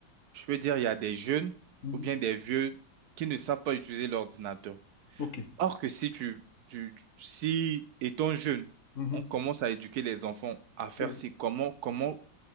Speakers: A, on the right; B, on the left.
A: je peux dire, il y a des jeunes
B: Mhm.
A: ou bien des vieux qui ne savent pas utiliser l'ordinateur.
B: OK.
A: Or que si tu, tu, tu- si étant jeune,
B: Mhm.
A: on commence à éduquer les enfants à faire
B: Oui.
A: c'est comment, comment,